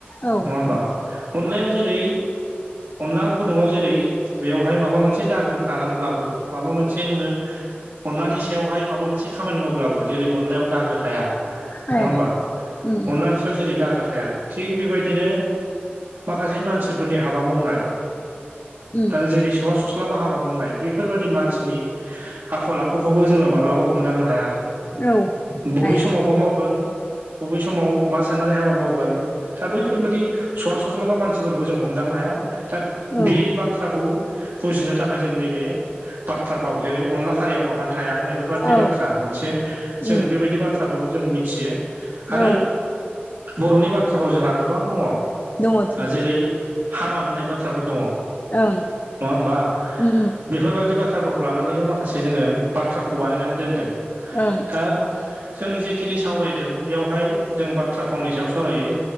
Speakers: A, on the left (about 45°); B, on the right (about 75°).
A: उम
B: नङा होमबा अनलायाव जेरै अनला गुदुङाव जेरै बेवहाय माबा मोनसे दागो खालामब्लाबो माबा मोनसे नोङो अनलानि सायावहाय माबा मोनसे खामानि मावब्लाबो जेरै अनलायाव दागो थाया। नङा
A: ओं
B: होमबा
A: उम
B: अनलानि सायाव जेरै दागा थाया थिग बेबायदिनो माखासे मानसिफोरनि हाबा मावनाय
A: उम
B: दा जेरै सौवा सस्लाबा हाबा मावनाय बैफोरबाय दि मानसिनि आखल आखुखौबो जोङो माब्लाबा हमदांनो हाया।
A: औ
B: बबे
A: हाया
B: समाव मा मावगोन बबे समाव मा साननानै हाबा मावगोन। दा बैफोरबायदि सवा सस्लाबा मानसिफोरखौ जों हमदांनो हाया। दा
A: ओं
B: बे बाथ्राखौ बुजिनो थाखाय जों नैबे बाथ्राफ्राव जेरै अनला खारियाव आगान थाया होननायफोरबादि
A: औ
B: बाथ्रा मोनसे जोंनो
A: उम
B: बेबायदि बाथ थ्राखौ जों मिथियो आरो
A: औ
B: बर'नि बाथ्राफ्राव जोंहा गोबां दङ।
A: दङथ'
B: जेरै हामा होननाय बाथ्राफोर दङ।
A: ओं
B: नङा होमबा
A: उम
B: बेफोरबायदि बाथ्रा बाथ्राफोरखौ लानानैनो माखासे जोङो बाथ्राखौ बानायनानै दोनदों।
A: ओं
B: दा जों जिखिनि सावरायदों बेवहाय जों बाथ्रा फावनि सायाव सावरायो।